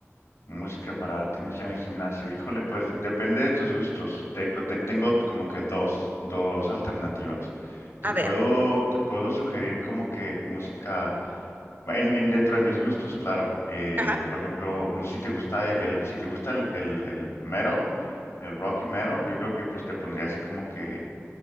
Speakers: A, on the left; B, on the right.
A: Música para darte energía en el gimnasio. Híjole, pues depende de tus gustos. Te, pero te- tengo como que dos, dos alternativas. Te
B: A
A: puedo,
B: ver,
A: te puedo sugerir como que música en, en- dentro de mis gustos, claro. Eh,
B: ajá,
A: por ejemplo, no sé si te gusta el, si te gusta el, el, el metal, el rock y metal, yo creo que pues te pondría así como que